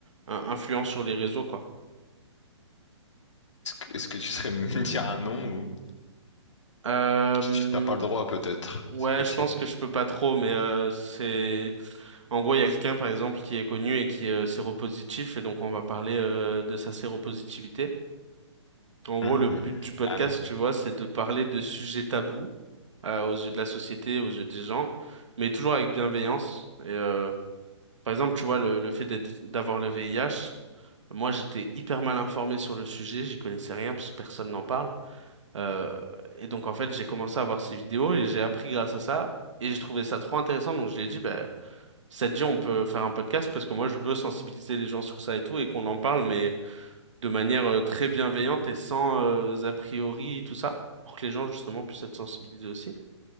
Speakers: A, on the right (about 75°); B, on the left (about 70°).
A: un- influent sur les réseaux, quoi.
B: Est-ce que... est-ce que tu serais me <laughs> dire un nom ou...
A: Euh,
B: Tu- tu- T'as pas le droit peut-être,
A: ouais,
B: c'est possible.
A: je pense que je peux pas trop, mais euh, c'est... En gros, il y a quelqu'un, par exemple, qui est connu et qui est euh, séropositif, et donc on va parler euh, de sa séropositivité. En gros,
B: Hmm,
A: le but du podcast,
B: Ah oui.
A: tu vois, c'est de parler de sujets tabous euh, aux yeux de la société, aux yeux des gens, mais toujours avec bienveillance. Et, euh, par exemple, tu vois, le, le fait d'être- d'avoir le VIH, moi, j'étais hyper mal informé sur le sujet, j'y connaissais rien parce que personne n'en parle. Euh, et donc en fait, j'ai commencé à voir ces vidéos et j'ai appris grâce à ça. Et j'ai trouvé ça trop intéressant. Donc je l'ai dit, bah, si ça te dit, on peut faire un podcast parce que moi, je veux sensibiliser les gens sur ça et tout et qu'on en parle, mais de manière euh, très bienveillante et sans euh, a priori, tout ça, pour que les gens justement puissent être sensibilisés aussi.